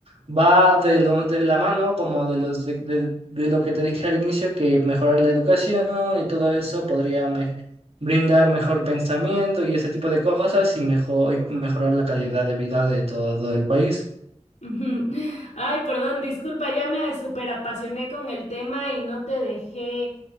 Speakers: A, on the right (about 55°); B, on the left (about 80°).
A: va de, lo- de la mano, como de, los, de, de- de lo que te dije al inicio, que mejorar la educación y todo eso podría me- brindar mejor pensamiento y ese tipo de cosas y, mejor, y mejorar la calidad de vida de todo el país.
B: <laughs> Ujú. Ay, perdón, disculpa, ya me superapasioné con el tema y no te dejé